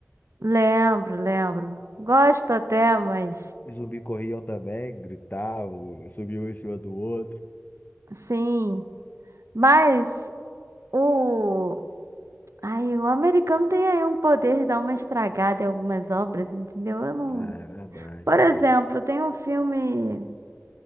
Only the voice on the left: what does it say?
Os zumbis corriam também, gritavam, subiam um em cima do outro.
Ah, é verdade,
é
verdade.